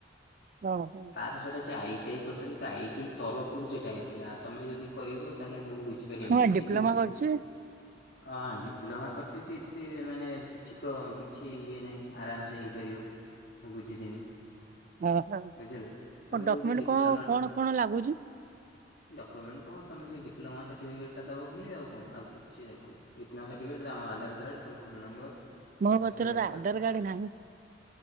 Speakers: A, on the right; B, on the left.
A: ହଁ ହଁ।
B: ତ ସେଟା ସେ ଆଇ ଟି ଆଇ କରିଥିଲା ତ ଆଇ ଟି ଆଇ ତରଫପରୁ ସେଇଟା ହେଇଥିଲା ତମେ ଯଦି କହିବ ତାହେଲେ ମୁଁ ବୁ ବୁଝପାରବିନି,
A: ମୁଁ ବା ଡିପ୍ଲୋମା
B: କିନ୍ତୁ
A: କରିଛି
B: ହଁ ଡିପ୍ଲୋମା କରିଚ ଏତେ ମାନେ କିଛି ପ୍ର କିଛି ଇଏ ନାହିଁ ଆରାମସେ ହେଇପାରିବ। ବୁଝିଦେମି।
A: ଓହୋ
B: ବୁଝିଲା ତମେ
A: ଡକ୍ୟୁମେଣ୍ଟ
B: ଯୋଉଠି ଡିପ୍ଲୋମା
A: କଣ କଣ କଣ ଲାଗୁଚି?
B: ଡକ୍ୟୁମେଣ୍ଟ କଣ ତମେ ସେଇ ଡିପ୍ଲୋମା ସାର୍ଟିଫିକେଟା ଦେବ ଖାଲି ଆଉ କଣ ଆଉ କିଛି ଦରକାର ନାହିଁ। ଏତେ ସର୍ଟିିକଟ ତମ ଆଧାର କାର୍ଡ଼ ତୁମ ଫୋନ ନମ୍ବର।
A: ମୋ
B: ଏଗୁରା
A: କତିରେ
B: ସବୁ ଦରକାର
A: ତ ଆଧାର କାର୍ଡ ନାହିଁ।